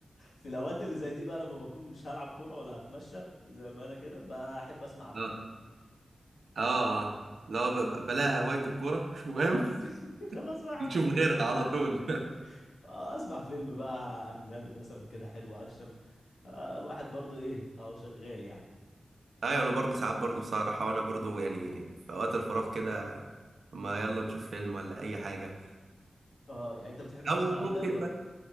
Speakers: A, on the left (about 85°); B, on the right (about 75°).
A: في الاوقات اللي زي دي بقى لما بكون مش هلعب كوره ولا هتمشى زي ما انا كده بحب اسمع افلام
B: اه اه اه لا ب- ب- بلاها هوايه الكوره مش مهم
A: اه <laughs> خلاص
B: <laughs>
A: بقى
B: نشوف غيرها
A: غصب
B: على
A: عننا
B: طول <laughs>
A: آه اسمع فيلم بقى اجنبي مثلا كده حلو اكشن آه الواحد برضو ايه اهو شغال يعني
B: ايوه انا برضه ساعات برضه صراحه وانا برضه يعني في اوقات الفراغ كده ما يلا نشوف فيلم ولا اي حاجه
A: اه يعني انت بتحب تسمع
B: او ممكن
A: افلام برضو
B: بقى